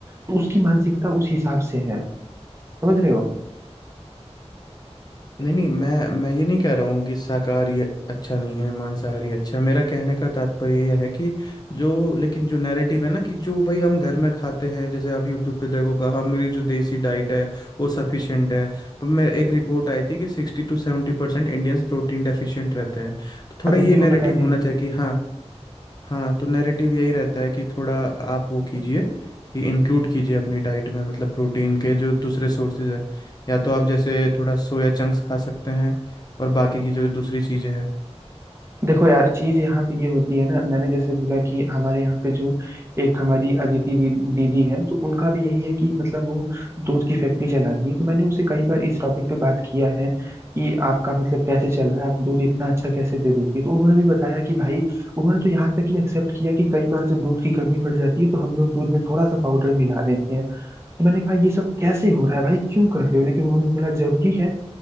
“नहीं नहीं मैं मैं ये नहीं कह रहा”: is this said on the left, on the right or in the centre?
Left